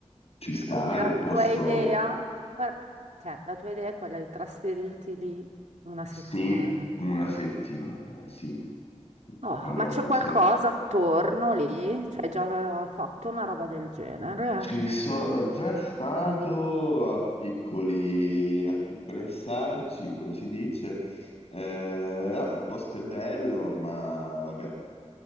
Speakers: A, on the left (about 60°); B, on the right (about 80°).
A: ci sta
B: Quindi la
A: il posto,
B: tua idea, per- cioè, la tua idea è quella di trasferirti lì una settimana.
A: sì, una settimana, sì,
B: Oh,
A: farò
B: ma c'è
A: una
B: qualcosa
A: settimana.
B: attorno lì? Cioè, già aveva fatto una roba del genere?
A: Ci sono già stato a piccoli, a piccoli assaggi, come si dice. Eh, no, il posto è bello, ma vabbè,